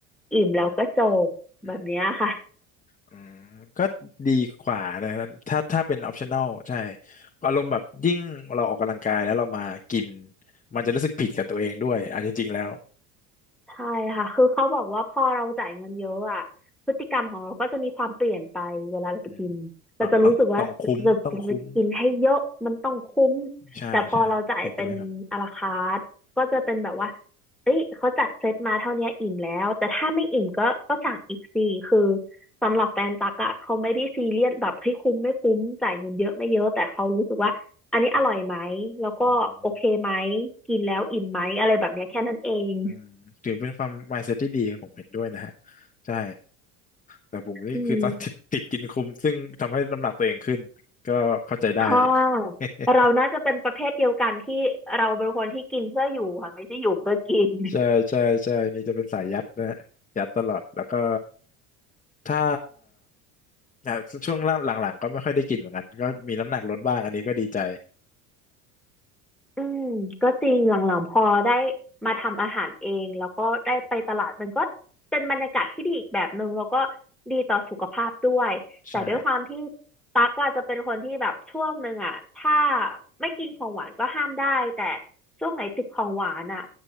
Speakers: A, in the centre; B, on the left (about 20°).
A: อิ่มแล้วก็จบแบบเนี้ยค่ะ
B: อืมอืม อืมก็ดีกว่านะถ้าถ้าเป็น optional ใช่อารมณ์แบบยิ่งเราออกกำลังกายแล้วเรามากินมันจะรู้สึกผิดกับตัวเองด้วยอ่ะจริงๆแล้ว
A: ใช่ค่ะ คือเขาบอกว่าพอเราจ่ายเงินเยอะอ่ะพฤติกรรมของเราก็จะมีความเปลี่ยนไปเวลาเราไปกิน
B: อืม
A: เราจะรู้สึกว่าเราจะกินให้เยอะมันต้องคุ้ม
B: อ่าเราต้องคุ้มต้องคุ้มใช่ใช่เห็นด้วยครับ
A: แต่พอเราจ่ายเป็นอลาคาร์ทก็จะเป็นแบบว่าเอ้ยเขาจัดเซตมาเท่าเนี้ยอิ่มแล้ว แต่ถ้าไม่อิ่มก็ก็สั่งอีกสิคือสำหรับแฟนตักอะเขาไม่ได้ซีเรียสแบบให้ยคุ้มไม่คุ้มจ่ายเงินเยอะไม่เยอะแต่เขารู้สึกว่าอันนี้อร่อยไหมแล้วก็โอเคไหม
B: อม
A: กินแล้วอิ่มไหมอะไรแบบเนี้ยแค่นั้นเอง
B: อืมถือเป็นความ mindset ที่ดีผมเห็นด้วยนะฮะใช่แต่ผมนี่คือตอน
A: อืม
B: <laughs> ติดติดกินคุ้มซึ่งทำให้น้ำหนักตัวเองขึ้นก็เข้าใจได้
A: ค่ะ
B: <laughs>
A: เราน่าจะเป็นประเภทเดียวกันที่เราเป็นคนที่กินเพื่ออยู่ค่ะไม่ใช่อยู่เพื่อกิน
B: ใช่ใช่ใช่นี่จะเป็นสายยัดนะฮะยัดตลอดแล้วก็ถ้าอ่ะช่วงหลังๆก็ไม่ค่อยได้กินเหมือนกันก็มีน้ำหนักลดบ้างอันนี้ก็ดีใจ
A: อืมก็จริงหลังๆพอได้มาทำอาหารเองแล้วก็ได้ไปตลาดมันก็เป็นบรรยากาศที่ดีอีกแบบหนึ่งแล้วก็ดีต่อสุขภาพด้วยแต่ด้วยความที่
B: ใช่
A: ตั๊กอาจจะเป็นคนที่แบบช่วงหนึ่งอ่ะถ้าไม่กินของหวานก็ห้ามได้แต่ช่วงไหนติดของหวานอ่ะ